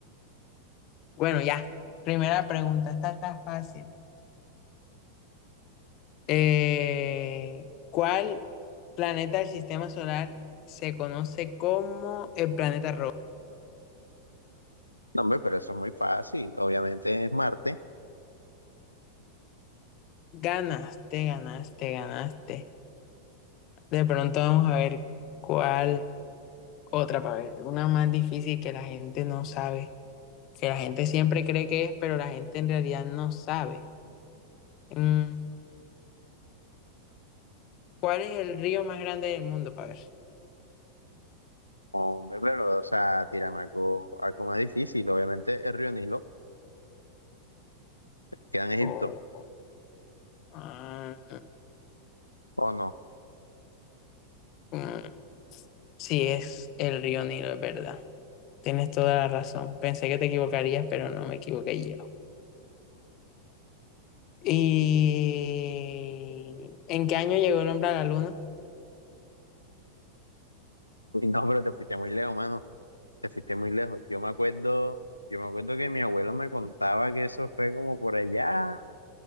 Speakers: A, on the left (about 40°); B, on the left (about 85°).
A: Bueno, ya. Primera pregunta, esta está fácil. Eh, ¿cuál planeta del sistema solar se conoce como el planeta rojo?
B: No, hombre, pero eso es muy fácil. Obviamente es Marte.
A: Ganaste, ganaste, ganaste. De pronto vamos a ver cuál otra para ver. Una más difícil que la gente no sabe, que la gente siempre cree que es, pero la gente en realidad no sabe. Mm, ¿Cuál es el río más grande del mundo para ver?
B: Hombre, pero, o sea, tírame algo, algo más difícil. Obviamente el río Nilo queda en Egipto,
A: Oh, ah,
B: ¿o no?
A: Mm, Sí, es el río Nilo, es verdad. Tienes toda la razón. Pensé que te equivocarías, pero no me equivoqué yo. ¿Y en qué año llegó el hombre a la luna?
B: <laughs> Uy, No, pero te fuiste muy lejos, mano. Te fuiste muy lejos. Yo me acuerdo, yo me acuerdo que mi abuelo me contaba que eso fue como por allá,